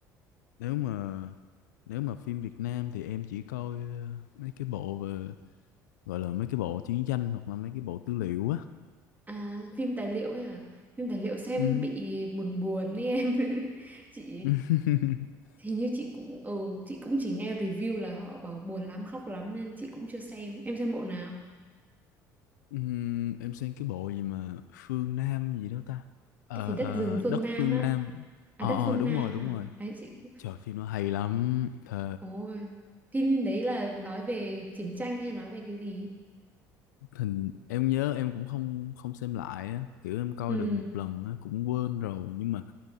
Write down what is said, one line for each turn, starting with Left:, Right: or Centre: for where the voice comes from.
Left: nếu mà nếu mà phim Việt Nam thì em chỉ coi ờ, mấy cái bộ về gọi là mấy cái bộ chiến tranh hoặc là mấy cái bộ tư liệu á
Right: À, phim tài liệu ấy à? Phim tài liệu xem
Left: ừ.
Right: bị buồn buồn ấy em. <laughs> Chị
Left: <laughs>
Right: hình như chị cũng ừ, chị cũng chỉ nghe review là họ bảo buồn lắm, khóc lắm nên chị cũng chưa xem. Em xem bộ nào?
Left: Ừm, em xem cái bộ gì mà Phương Nam gì đó ta Ờ,
Right: Cái gì đất
Left: ờ,
Right: rừng phương
Left: đất
Right: Nam
Left: Phương
Right: á?
Left: Nam
Right: À
Left: ờ
Right: đất phương
Left: ờ đúng
Right: Nam
Left: rồi đúng
Right: à?
Left: rồi
Right: Đấy chị.
Left: trời phim nó hay lắm thề
Right: Ôi, phim phim đấy là nói về chiến tranh hay nói về cái gì?
Left: hình em nhớ em cũng không không xem lại á kiểu em coi
Right: Ừ.
Left: được một lần á cũng quên rồi nhưng mà